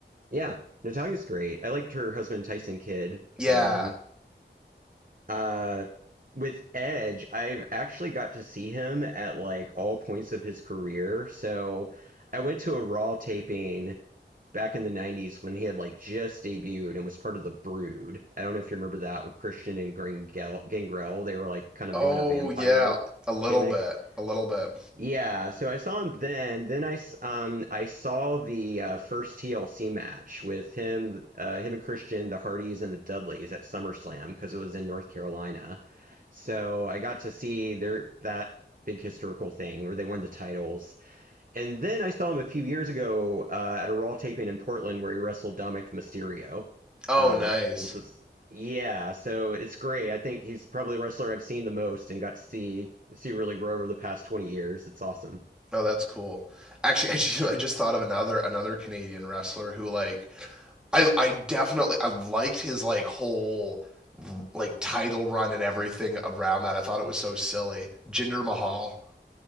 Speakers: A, on the right (about 45°); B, in the centre.
A: Yeah, Natalia's great. I liked her husband Tyson Kidd.
B: Yeah.
A: Um, Uh, with Edge, I've actually got to see him at like all points of his career. So I went to a Raw taping back in the 90s when he had like just debuted and was part of the Brood. I don't know if you remember that with Christian and Gangrel. Gangrel, they were like kind
B: Oh
A: of doing a vampire
B: yeah, a little
A: gimmick.
B: bit, a little bit.
A: Yeah, so I saw him then. Then I s- um I saw the uh, first TLC match with him, uh, him and Christian, the Hardys and the Dudleys at SummerSlam because it was in North Carolina. So I got to see their that big historical thing where they won the titles. And then I saw him a few years ago uh, at a Raw taping in Portland where he wrestled Dominic Mysterio,
B: Oh
A: uh,
B: nice.
A: which was yeah. So it's great. I think he's probably the wrestler I've seen the most and got to see see really grow over the past twenty years. It's awesome.
B: Oh that's cool. Actually, <laughs> I just, I just thought of another another Canadian wrestler who like I I definitely I liked his like whole like title run and everything around that. I thought it was so silly. Jinder Mahal.